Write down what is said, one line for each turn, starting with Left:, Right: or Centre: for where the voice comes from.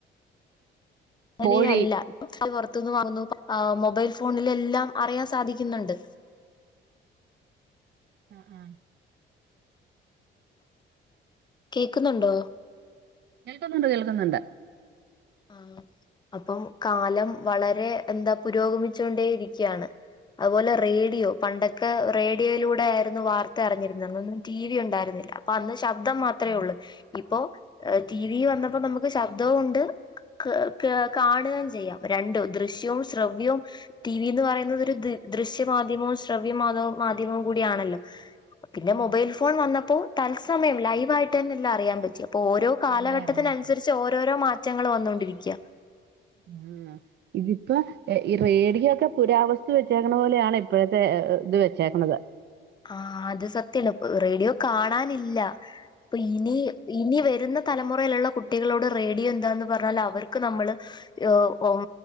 Left: ങ്ങനെയല്ല
Right: കോഴി
Left: <unintelligible> പൊറ്ത്തുന്ന് വാങ്ങുന്നു. പ്പ ആഹ് മൊബൈൽ ഫോണിലെല്ലാം അറിയാൻ സാധിക്കുന്നുണ്ട്.
Right: ആഹ് ആഹ്
Left: കേക്കുന്നുണ്ടോ?
Right: കേൾക്കുന്നുണ്ട് കേൾക്കുന്നുണ്ട്.
Left: ആഹ്. അപ്പം കാലം വളരെ എന്താ പുരോഗമിച്ചോണ്ടേ ഇരിക്കാണ്. അത് പോലെ റേഡിയൊ. പണ്ടൊക്കെ റേഡിയോയിലൂടായിരുന്നു വാർത്ത അറിഞ്ഞിരുന്നെ. അന്നൊന്നും ടി വി ഉണ്ടായിരുന്നില്ല. അപ്പൊ അന്ന് ശബ്ദം മാത്രേ
Right: ആഹ്
Left: ഒള്ള്. ഇപ്പൊ ഏഹ് ടി വി വന്നപ്പൊ നമുക്ക് ശബ്ധൊ ഒണ്ട്. ക് ക്യാ കാണേം ചെയ്യാം രണ്ടും. ദൃശ്യവും, ശ്രവ്യവും ടി വി എന്ന് പറയുന്നത് ഒരു ദ് ദൃശ്യ മാധ്യമവും, ശ്രവ്യ മാധവും മാധ്യമം കൂടിയാണല്ലൊ. പിന്നെ
Right: ആഹ്
Left: മൊബൈൽ ഫോൺ വന്നപ്പൊ തത്സമയം ലൈവായിട്ടെന്നെല്ലാ അറിയാൻ പറ്റും. പ്പൊ ഓരോ കാലഘട്ടത്തിനൻസരിച്ച്
Right: എല്ലാം അറിയാൻ പറ്റും
Left: ഓരോരോ മാറ്റങ്ങൾ വന്നോണ്ടിരി ക്യാ.
Right: ആഹ് ഇതിപ്പോ ഈ റേഡിയൊക്കെ പുരാവസ്തു വെച്ചേക്കണ പോലെയാണ് ഇപ്പോഴത്തെ ആ ഇത് വെച്ചേക്കണത്.
Left: ആഹ് അത് സത്യല്ലെ റേഡിയോ കാണാനില്ല. പ്പൊ ഇനി ഇനി വരുന്ന തല മുറയിലുള്ള കുട്ടികളോട് റേഡിയോ എന്താണന്ന് പറഞ്ഞാൽ അവർക്ക് നമ്മള് യോ ഓം